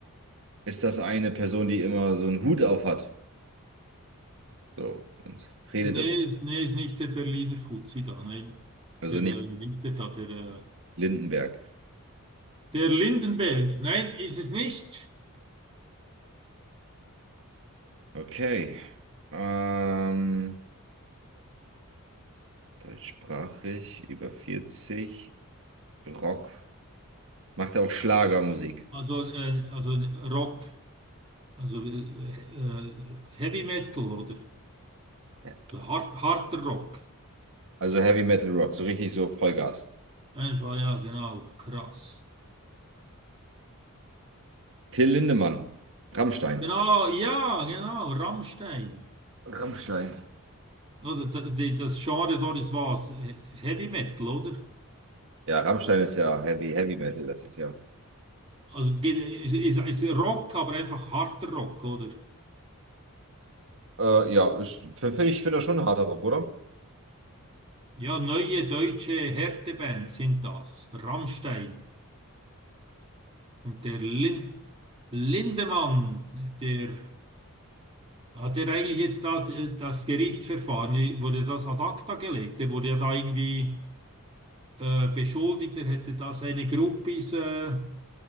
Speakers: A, on the right; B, on the right.
A: Ist das eine Person, die immer so einen Hut auf hat? So, und redet
B: Nee,
A: immer.
B: ist- nee, ist nicht der Berliner Fuzzi da, nein.
A: Also
B: Der,
A: nicht
B: äh, wie ist der da, der, äh,
A: Lindenberg.
B: der Lindenberg, nein, ist es nicht.
A: Okay. Ähm, deutschsprachig, über vierzig Rock. Macht er auch Schlagermusik?
B: Also, äh, also Rock, also äh, äh, Heavy Metal oder
A: Ja.
B: so hart, harter Rock.
A: Also Heavy Metal Rock, so richtig so Vollgas.
B: Einfach, ja, genau, krass.
A: Till Lindemann, Rammstein.
B: Genau, ja, genau, Rammstein.
A: Rammstein.
B: Oder da- die, das Genre dort ist was? He- Heavy Metal, oder?
A: Ja, Rammstein ist ja Heavy, Heavy Metal, das ist ja.
B: Also ge- ist, ist, ist Rock, aber einfach harter Rock, oder?
A: Äh, ja, ich finde ich find das schon harter Rock, oder?
B: Ja, neue deutsche Härteband sind das. Rammstein und der Lin Lindemann, der hat er eigentlich jetzt da äh, das Gerichtsverfahren, äh, wurde das ad acta gelegt. Der wurde ja da irgendwie äh, beschuldigt, er hätte da seine Groupies äh,